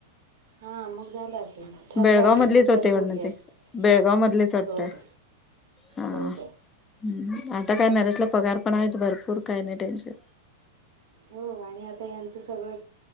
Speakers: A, on the right; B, on the left.
A: हा मग झालं असेल, ठरलं
B: बेळगाव
A: असेल,
B: मधलीच
A: सुपारी
B: होते वाटतं
A: फोडली असल.
B: ते. बेळगाव मधलेच वाटतं
A: हो का?
B: हा.
A: होय काय?
B: हम्म. आता काय नरेशला पगार पण आहेत, भरपूर काही नाही टेन्शन.
A: हो आणि आता यांचं सगळं